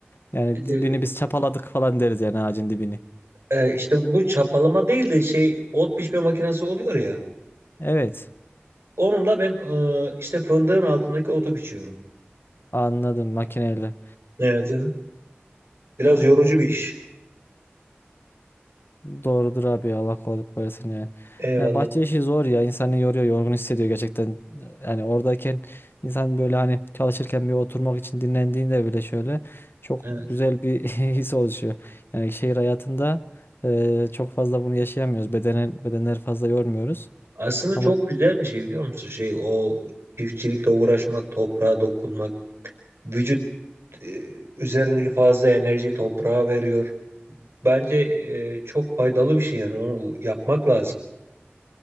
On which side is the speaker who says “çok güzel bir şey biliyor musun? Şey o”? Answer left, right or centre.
Right